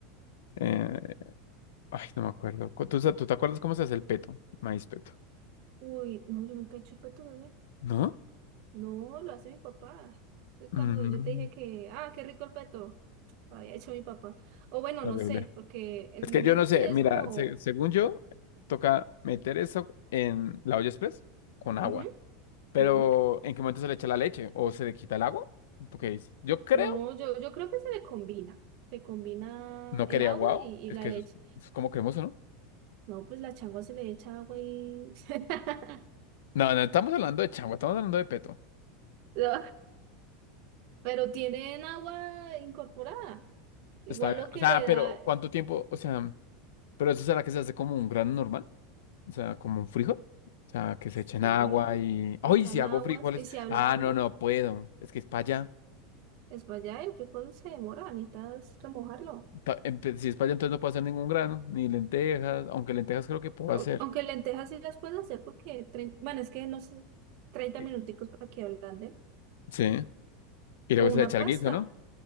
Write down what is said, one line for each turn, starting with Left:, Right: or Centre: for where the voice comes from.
Left: eh, ay, no me acuerdo. ¿Cu- ¿Tú, sa- tú te acuerdas cómo se hace el peto? Maíz peto,
Right: Uy, no, yo nunca he hecho peto bebé.
Left: ¿no?
Right: No, lo hace mi papá. Eh, Cuando
Left: Mm,
Right: yo te dije que, ah, qué rico el peto, lo había hecho mi papá. O bueno,
Left: terrible.
Right: no sé, porque en
Left: Es que
Right: mi mente
Left: yo no sé, mira,
Right: es como,
Left: se- según yo, toca meter eso en la olla express con agua.
Right: ujú,
Left: Pero
Right: ujú.
Left: ¿en qué momento se le echa la leche? ¿O se le quita el agua? Porque es- yo creo,
Right: No, yo, yo creo que se le combina. Se combina
Left: no quería
Right: el agua
Left: guau,
Right: y,
Left: es
Right: y la
Left: que
Right: leche.
Left: eso es, eso es como cremoso, ¿no?
Right: No, pues la changua se le echa agua y... <laughs>
Left: No, no estamos hablando de changua, estamos hablando de peto.
Right: No, pero tienen agua incorporada. Igual
Left: Está bien.
Right: lo que
Left: O sea,
Right: le
Left: pero
Right: da,
Left: ¿cuánto tiempo? O sea, ¿pero eso será que se hace como un grano normal? O sea, como un frijol. O sea, que se
Right: sí,
Left: echen agua y... ¡Ay,
Right: echan
Left: si hago
Right: aguas
Left: frijoles!
Right: y se ablanda.
Left: Ah, no, no puedo. Es que es para allá.
Right: Es para allá, el frijol se demora, necesitas remojarlo.
Left: pa- empe- si es para allá, entonces no puedo hacer ningún grano, ni lentejas, aunque lentejas creo que puedo
Right: Au-
Left: hacer.
Right: Aunque lentejas sí las puedes hacer porque, trein- bueno, es que no sé, 30
Left: Y-
Right: minuticos para que ablanden.
Left: Sí. Y luego
Right: O una
Left: se le echa
Right: pasta,
Left: el guiso, ¿no?